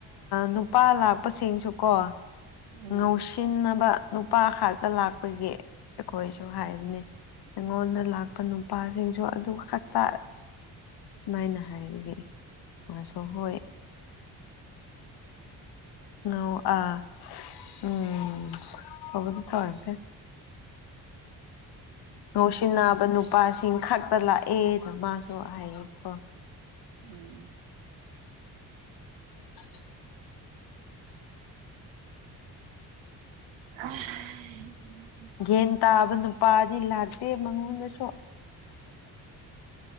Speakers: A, on the left; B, on the right.
A: ꯅꯨꯄꯥ ꯂꯥꯛꯄꯁꯤꯡꯁꯨꯀꯣ
B: ꯎꯝ
A: ꯉꯧꯁꯤꯟꯅꯕ ꯅꯨꯄꯥ ꯈꯥꯛꯛꯇ ꯂꯥꯛꯄꯒꯤ ꯑꯩꯈꯣꯏꯁꯨ ꯍꯥꯏꯕꯅꯤ ꯑꯩꯉꯣꯟꯗ ꯂꯥꯛꯄ ꯅꯨꯄꯥꯁꯤꯡꯁꯨ ꯑꯗꯨ ꯈꯛꯇ ꯁꯨꯃꯥꯏꯅ ꯍꯥꯏꯕꯒꯤ ꯃꯥꯁꯨ ꯍꯣꯏ ꯑ ꯑ ꯎꯝ ꯁ ꯊ ꯔꯣꯁꯤꯅꯄ ꯅꯨ ꯅꯨꯄꯥꯁꯤꯡ ꯈꯛꯇ ꯂꯥꯛꯑꯦꯗ ꯃꯥꯁꯨ ꯍꯥꯏꯌꯦꯀꯣ
B: ꯎꯝ
A: ꯑꯗꯦ
B: ꯑ
A: ꯒꯟ ꯇꯥꯕ ꯅꯨꯄꯥꯗꯤ ꯂꯥꯛꯇꯦ ꯃꯉꯣꯟꯗꯁꯨ